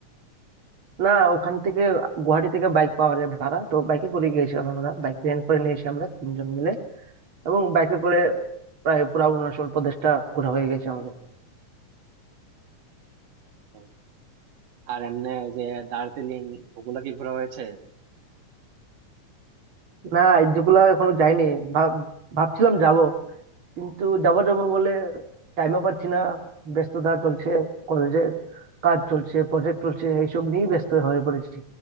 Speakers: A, on the right; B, on the right.
A: না ওখান থেকে গুয়াহাটি থেকে বাইক পাওয়া যায় ভাড়া তো বাইকে করে গিয়েছিলাম আমরা বাইক রেন্ট করে নিয়েছি আমরা তিনজন মিলে এবং বাইকে করে প্রায় পুরো অরুণাচল প্রদেশটা ঘোরা হয়ে গেছে আমাদের
B: ও, আর এমনি ওই যে দার্জিলিং ওগুলা কি ঘোরা হয়েছে
A: না যেগুলা এখনো যাইনি ভাব- ভাবছিলাম যাব কিন্তু যাবো যাবো বলে টাইমও পাচ্ছি না ব্যস্ততা চলছে কলেজের কাজ চলছে প্রজেক্ট চলছে এইসব নিয়েই ব্যস্ত হয়ে পড়েছি